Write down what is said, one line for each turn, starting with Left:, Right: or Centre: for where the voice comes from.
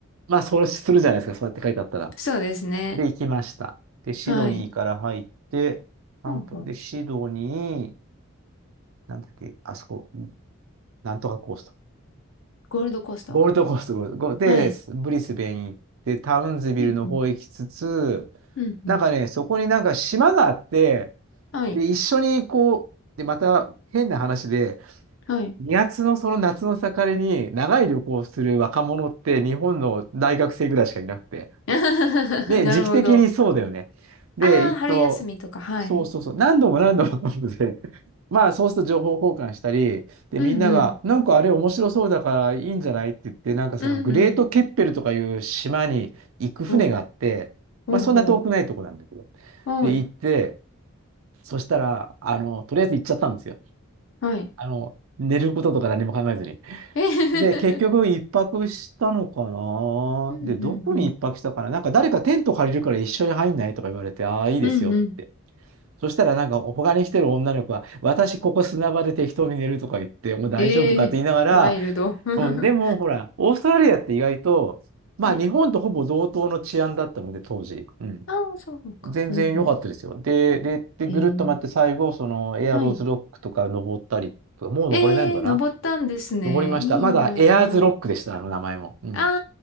Right: まあ、そうするじゃないですか、そうやって書いてあったら。
Left: そうですね。
Right: で、行きました。で、シドニーから入って、
Left: はい。
Right: 散歩で、
Left: ほうほう。
Right: シドニー、なんだっけ、あそこ、なんとかコースト。
Left: ゴールドコースト。
Right: ゴールドコースト、ゴールド。ゴーで、
Left: はい。
Right: ブリスベン行って、タウンズビルの方行きつつ、
Left: うんうん。うんうん。
Right: なんかね、そこになんか島があって、
Left: はい。
Right: で、一緒にこう、で、また変な話で、
Left: はい。
Right: 2月のその夏の盛りに長い旅行をする若者って日本の大学生ぐらいしかいなくて、
Left: <laughs> なるほど。
Right: で、時期的にそうだよね。で、
Left: ああ、
Right: えっと、
Left: 春休みとか、はい。
Right: そうそうそう、何度も何度も飲んで、<laughs> まあそうすると情報交換したり、で、
Left: うんうん
Right: みんなが、なんかあれ面白そうだからいいんじゃないって言って、なんかそのグレートケッペルとかいう島に行く船があって、
Left: うんうん。おう、おうおう。
Right: まあそんな遠くないとこなんだけど。
Left: はい、
Right: で、行って、そしたら、あの、とりあえず行っちゃったんですよ。
Left: はい。
Right: あの、寝ることとか何も考えずに。
Left: えへへへへ。
Right: で、結局一泊したのか
Left: うんうんうん。
Right: なで、どこに一泊したかななんか誰かテント借りるから一緒に入んないとか言われて、ああ、いいですよって。
Left: うんうん。
Right: そしたらなんか他に来てる女の子は、私ここ砂場で適当に寝るとか言って、もう大丈夫かって言いながら、
Left: ええワイルド。<laughs>
Right: うん、でもほら、オーストラリアって意外と、まあ日本とほぼ同等の治安だったので、
Left: はい。
Right: 当時。うん。
Left: ああ、そうか。
Right: 全然良かったですよ。
Left: うんうん。
Right: で、で、で、ぐるっと回って最後、
Left: ええ
Right: そのエアローズロックとか登ったりとか、
Left: はい。
Right: もう登れないのかな
Left: ええ登ったんですね。
Right: 登りました。
Left: いいな
Right: まだエアーズロックでした、あの名前も。うん。
Left: あ。